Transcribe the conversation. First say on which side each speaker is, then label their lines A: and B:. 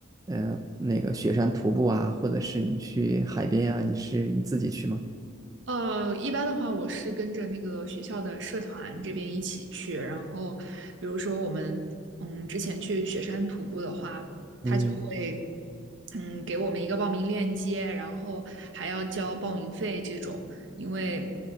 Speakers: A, on the right; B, on the right.
A: 呃，那个雪山徒步啊，或者是你去海边啊，你是你自己去吗？
B: 呃，一般的话，我是跟着那个学校的社团这边一起去。然后，比如说我们，嗯，之前去雪山徒步的话，他就会，
A: 嗯
B: 嗯，给我们一个报名链接，然后还要交报名费这种。因为